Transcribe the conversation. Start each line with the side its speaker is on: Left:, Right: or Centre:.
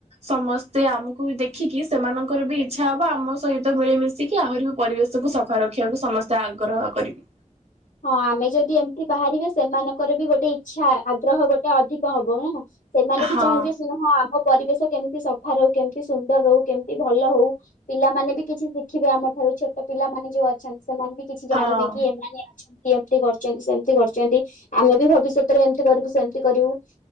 Right: ସମସ୍ତେ ଆମୁକୁ ଦେଖିକି ସେମାନଙ୍କର ବି ଇଚ୍ଛା ହବ ଆମ ସହିତ ମିଳିମିଶ୍ ଶିକିି ଆହୁରି ବି ପରିବେଶକୁୁ ସଫା ରଖିଆକୁ ସମସ୍ତେ ଆଗ୍ରହ କରିବେ।
Left: ହଁ ଆମେ ଯଦି ଏମତି ବାହାରିବା ସେମାନଙ୍କର ବି ଗୋଟେ ଇଚ୍ଛା ଆଗ୍ରହ ଗୋଟେ ଅଧିକ ହବ ନା? ସେମାନେ
Right: ହଁ
Left: ବି ଚାହିଁବେ ସେଇରା ହଁ ଆମ ପରିବେଶ କେମତି ସଫା ରହୁ କେମତି ସୁନ୍ଦର୍ ରହୁ କେମତି ଭଲ ହଉ। ପିଲାମାନେ ବି କିଛି ଶିଖିବେ ଆମଠାରୁ ଛୋଟ ପିଲାମାନେ ଯୋଉ ଅଛନ୍ତି ସେମାନେ ବି କିଛି ଜାଣିବେ
Right: ହଁ।
Left: କି ଏମାନେ ବି ଏମତି କରଚନ୍ତି ସେମତି କରଚନ୍ତି ଆମେ ବି ଭବିଷ୍ୟତରେ ଏମତି କରିବୁ ସେମତି କରିବୁ।